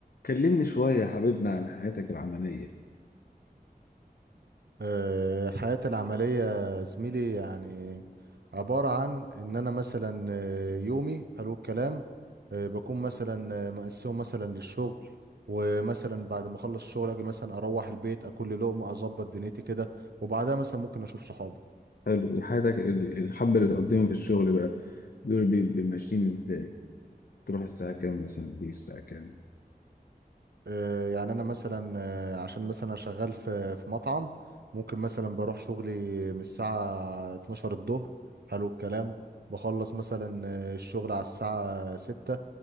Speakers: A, on the left; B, on the right.
A: كلمني شوية يا حبيبنا عن حياتك العملية
B: آه، حياتي العملية زميلي يعني عبارة عن إن أنا مثلا آه، يومي حلو الكلام آه، بكون مثلا آه، مقسمه مثلا للشغل ومثلا بعد ما أخلص الشغل أجي مثلا أروح البيت أكل لي لقمة أظبط دنيتي كده وبعدها مثلا ممكن أشوف صحابي
A: حلو حياتك ال- الحبة اللي بتقضيهم في الشغل بقى دول بي- بي- ماشيين ازاي تروح الساعة كام مثلا دي الساعة كام
B: آه، يعني أنا مثلا آه، عشان مثلا أنا شغال في في مطعم ممكن مثلا بروح شغلي من الساعة 12 الظهر حلو الكلام بخلص مثلا آه، الشغل على الساعة 6